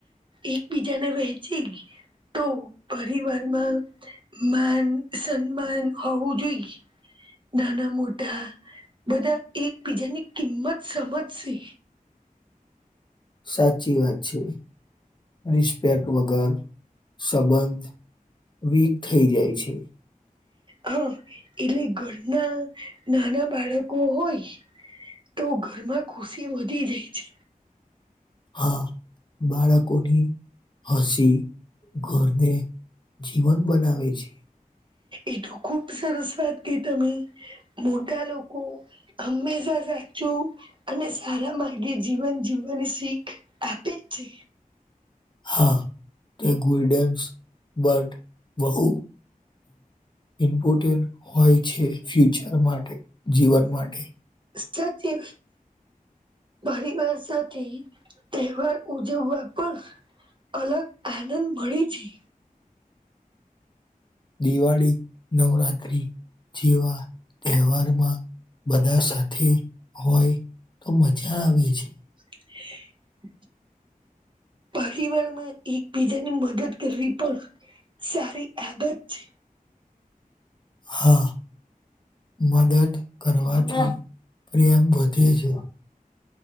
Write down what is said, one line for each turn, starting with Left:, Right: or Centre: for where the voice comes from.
Right: એકબીજાને વહેંચી ગ તો પરિવારમાં માન સન્માન હોવું જોઈએ નાના મોટા, બધા એકબીજાની કિંમત સમજશે.
Left: સાચી વાત છે. રિસ્પેક્ટ વગર સંબંધ વીક થઈ જાય છે.
Right: હા એટલે ઘરના નાના બાળકો હોય. તો ઘરમાં ખુશી વધી જાય છે.
Left: હા બાળકોની હસી ઘરને જીવન બનાવે છે.
Right: એ તો ખુબ સરસ વા ત તમે, કે તમે મોટા લોકો હંમેશા સાચું અને સારા માર્ગે જીવન જીવવાની શીખ આપે જ છે.
Left: હા તે ગુડન્સ બટ વહુ ઇમ્પોર્ટે હોય છે ફ્યુચર માટે. જીવન માટે.
Right: સાચી વાત છે. પરિવાર સાથે તહેવાર ઉજવવા પર અલગ આનંદ મળી છે.
Left: દિવાળી, નવરાત્રી જેવા તહેવારમાં. બધા સાથે હોય તો મજા આવે છે.
Right: હ <unintelligible> પરિવારમાં એકબીજાની મદદ કરવી પણ સારી આદત છે.
Left: હા. મદદ કરવાથી પ્રેમ વધે છે.